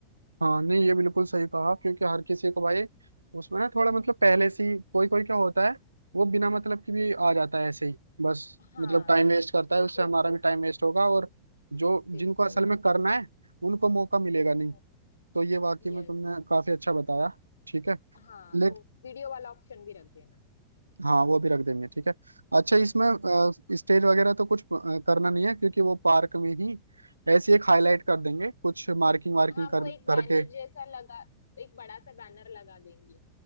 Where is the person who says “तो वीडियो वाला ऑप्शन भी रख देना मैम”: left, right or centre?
Left